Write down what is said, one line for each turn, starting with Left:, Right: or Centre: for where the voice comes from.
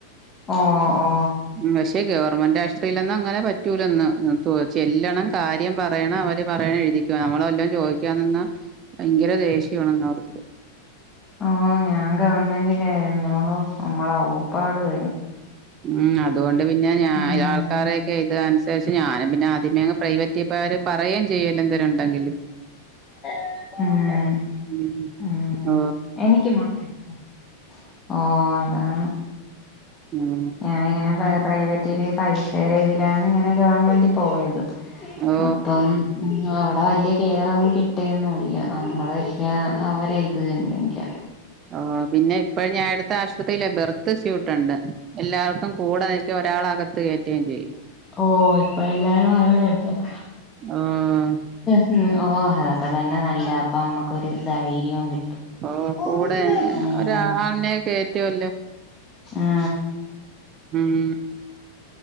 Left: ഓ ഓ
Right: ഉം പക്ഷെ ഗവൺമെന്റ് ആശുപത്രിലൊന്നും അങ്ങനെ പറ്റൂലന്ന് ചെല്ലണം കാര്യം പറയണം അവര് പറയണം എഴുതിക്കുവ നമ്മളെല്ലാം ചോദിക്കാ നിന്നാ ഭയങ്കര ദേഷ്യവാണെന്ന് അവർക്ക്
Left: ഓ ഞാൻ ഗവൺമെന്റിലായിരുന്നു ഓ നമ്മള ഓപ്പാട് വരും
Right: ഉം അതുകൊണ്ട് പിന്നെ ഞാ
Left: ഉം
Right: ആൾക്കാരെയൊക്കെ ഇതനുസരിച്ച് ഞാനും പിന്നെ ആദ്യമേ പ്രൈവറ്റ് <unintelligible> അവര് പറയയും ചെയ്യല എന്തേരുും ഉണ്ടെങ്കില്
Left: ഉം
Right: ഉം
Left: ഉം
Right: ഓ
Left: എനിക്ക് മുട്ടായിട്ടോ ഓ അതാണ്
Right: ഉം
Left: ഞൻ ഇങ്ങനെ പ്രൈവറ്റില് പൈസരെ ഇതിലാണ് ഇങ്ങനെ ഗവൺമെന്റ് പോയത്
Right: ഓ
Left: അപ്പം അവ വലിയ കെയറൊന്നും കിട്ടിയൊന്നുംല്ല നമ്മള എല്ലാ അവര് ഇത് തന്നെയല്ല
Right: ഓ പിന്നെ ഇപ്പഴ ഞാൻ അടുത്ത ആശുപത്രിയിലേ ബെർ ത്ത് സ്യൂട്ടുണ്ട് എല്ലാവർക്കും കൂടെ നിക്ക ഒരാൾക ത്ത് കയറ്റുകയും ചെയ്യും
Left: ഓ ഇപ്പ എല്ലാരും <unintelligible>
Right: <unintelligible>
Left: ഉ ഓഹ് അതൊക്കെ തന്നെ നല്ല അപ്പൊ അമ്മുക്കൊരു ധൈര്യവും കിട്ടും
Right: ഓ
Left: ഉ
Right: കൂടെ
Left: ഉ
Right: ഒരാളിനെ കേറ്റുവല്ലോ
Left: ആ
Right: ഉം